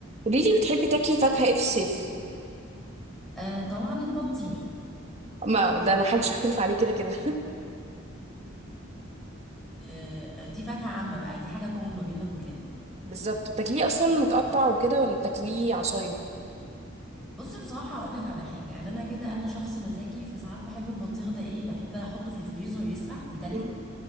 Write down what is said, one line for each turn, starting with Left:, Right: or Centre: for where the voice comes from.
Right: قولي لي بتحبي تاكلي فاكهة ايه في الصيف
Centre: آه طبعا البطيخ
Right: ما ده ما حدش يختلف عليه كده كده <laughs>
Centre: آه آه، دي فاكهة عامة بقى دي حاجة كومون ما بيننا كلنا
Right: بالظبط بتاكليه اصلا متقطع وكده ولا بتاكليه عصاير
Centre: بص بصراحة هقول لك على حاجة يعني أنا كده أنا شخص مزاجي فساعات بحب البطيخ ده إيه بحب أحطه في الفريزر يسقع يتلج
Right: مم.